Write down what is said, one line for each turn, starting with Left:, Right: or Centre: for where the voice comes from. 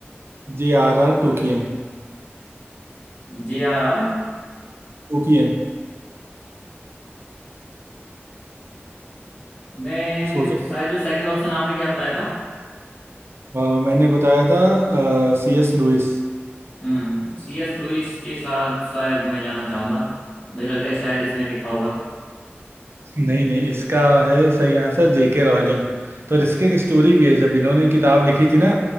Right: J R R Tolkien
Left: जे आर आर
Right: Tolkien
Left: मैं
Right: सोचो
Left: शायद जो सेकंड ऑप्शन आपने क्या बताया था
Right: अ, मैंने बताया था सी एस लुइस
Left: हम्म सी एस लुइस के साथ शायद मैं जाना चाहूंगा मुझे लगता है शायद इसने लिखा होगा
Right: नहीं नहीं इसका है सही आंसर जेके रॉलिंग तो इसके की स्टोरी भी है जब इन्होंने किताब लिखी थी ना